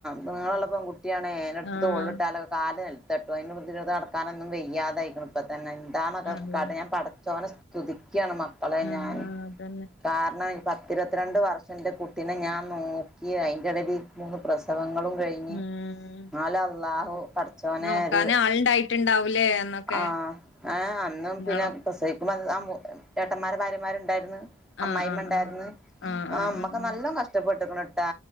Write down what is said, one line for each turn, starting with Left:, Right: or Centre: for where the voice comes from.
Centre: നീളള്ള പെൺകുട്ടിയാണെ അയ്നെട്ത്ത്
Left: ആഹ്
Centre: തോൾള്ട്ടാലൊ കാല് നെൽ <unintelligible> നടക്കാനൊന്നും വയ്യാതായിക്ക്ണ് ഇപ്പതന്നെ എന്തണൊക്കെകാട്ടെ
Left: അതെ
Centre: ഞാൻപടച്ചോനെ സ് തുതിക്കാണ് മക്കളെ
Left: ആഹ്
Centre: ഞാൻ
Left: അതന്നെ
Centre: കാരണേ പത്തിരുവത്രണ്ട് വർഷം ന്റെ കുട്ടീനെ ഞാൻ നോക്കി അതിന്റെടയിൽ ഈ മൂന്ന്പ്രസവങ്ങ ങ്ങളും കഴിഞ്ഞ്
Left: ഉം
Centre: ന്നാല് അള്ളാഹു പഠച്ചോനേ
Left: നോക്കാന്
Centre: ഒര്
Left: ആളുണ്ടായിട്ടുണ്ടാവൂലേ അന്നൊക്കെ
Centre: ആഹ് ഏ അന്നും
Left: നിങ്ങളോ
Centre: പിന്നെ പ്രെസവിക്കുമ്പന്ന് അ മു ഏട്ടന്മാരെ ഭാര്യമാരുണ്ടായിര്ന്ന്
Left: ആഹ്
Centre: അമ്മായിമ്മ
Left: ആഹ്
Centre: ഇണ്ടായിര്ന്ന്
Left: ആഹ് ആഹ്
Centre: ആ ഇമ്മക്കെ
Left: ആഹ്
Centre: നല്ലോം കഷ്ടപ്പെട്ട്ക്ക്ണ് ട്ടൊ